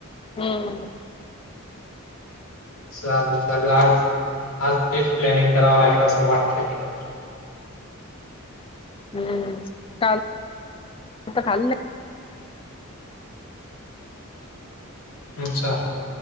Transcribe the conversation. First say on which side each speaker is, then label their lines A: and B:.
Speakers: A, on the left; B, on the left.
A: हम्म
B: चालू चालू आज आज तेच प्लॅनिंग करावं लागेल असं वाटतंय मला तर.
A: हम्म चाल आता <unintelligible>
B: अच्छा